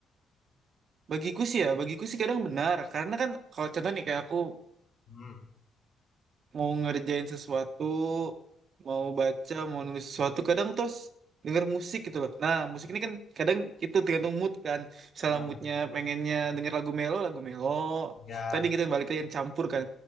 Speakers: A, on the right; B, on the left.
A: Bagiku sih ya, bagiku sih kadang benar. Karena kan kalau contoh nih kayak aku
B: hmm
A: mau ngerjain sesuatu, mau baca, mau nulis sesuatu, kadang terus denger musik gitu loh. Nah, musik ini kan kadang itu tergantung mood kan. Misalnya
B: ah,
A: moodnya pengennya denger lagu melo, lagu melo.
B: iya,
A: Tadi gitu yang balik lagi yang campur kan